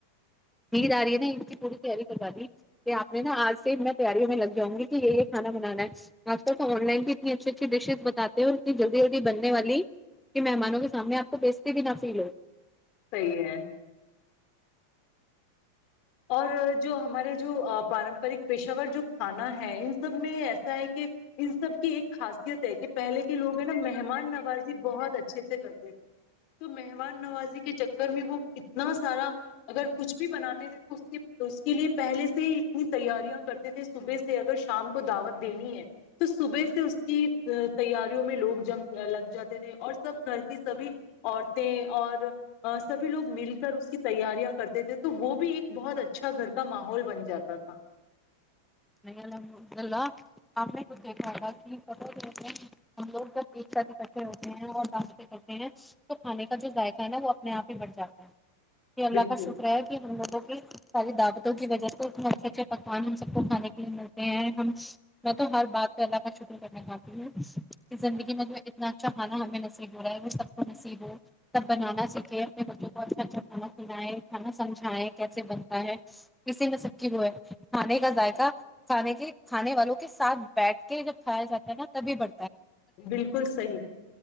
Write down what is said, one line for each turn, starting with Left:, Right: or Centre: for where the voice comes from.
Centre: ج آ رہی ہے نا ان کی پوری تیاری کروا دی کہ آپ نے نا آج سے میں تیاریوں میں لگ جاؤں گی کہ یہ یہ کھانا بنانا ہے آپ ط آن لائن بھی اتنی اچھی اچھی ڈشز بتاتے ہیں اور اتنی جلدی جلدی بننے والی کہ مہمانوں کے سامنے آپ کو بیچتے بھی نہ فیل ہو
Left: صحی ہے اور جو ہمارے جو پارمپرک پیشاور جو کھانا ہے ان سب میں ایسا ہے کہ ان سب کی ایک خاصیت ہے کہ پہلے کے لوگ ہیں نا مہمان نوازی بہت اچھے سے کرتے تھے تو مہمان نوازی کے چکر میں وہ اتنا سارا اگر کچھ بھی بناتے تھے اس کے لیے پہلے سے ہی اتنی تیاریاں کرتے تھے صبح سے اگر شام کو دعوت دینی ہے تو صبح سے اس کی تیاریوں میں لوگ جم لگ جاتے تھے اور سب گھر کی سبھی عورتیں اور سبھی لوگ مل کر اس کی تیاریاں کرتے تھے تو وہ بھی ایک بہت اچھا گھر کا ماحول بن جاتا تھا
Centre: نہیں الحمدلہ آپ نے خود دیکھا تھاا کہ ہم لوگ جب ایک ساتھ اکٹھے ہوتے ہیں اور دانتے کرتے ہیں تو کھانے کا جو ذائقہ ہے نا وہ اپنے آپ ہی بٹ جاتا ہے جی اللہ
Left: بالکل
Centre: کا شکر ہے کہ ہم لوگوں کو ساری دعوتوں کی وجہ سے اتنے اچھے اچھے پکوان ہم سب کو کھان کے ہم میں تو ہر بات پہ اللہ کا شکر کرنا چاہتی ہوں زندگی میں جو اتنا اچھا کھانا ہمیں نصیب ہو رہا ہے وہ سب کو نصیب ہو سب بنانا سیکھے اپنے بچوں کو اچھا اچھا کھانا کھنائے کھانا سمجھائیں کیسے بنتا ہے اسی میں سب کی وہ ہے کھانے کا ذائقہ کھانے کے کھانے والوں کے ساتھ بیٹھ کے جب کھایا جاتا ہے نا تبھی بڑ
Left: بالکل صحیح